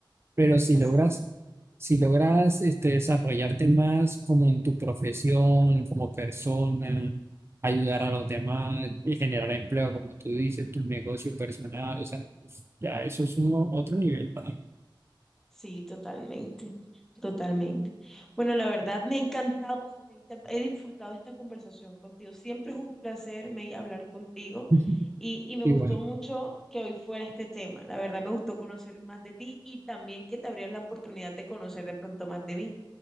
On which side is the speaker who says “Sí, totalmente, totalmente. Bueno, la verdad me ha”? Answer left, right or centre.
Centre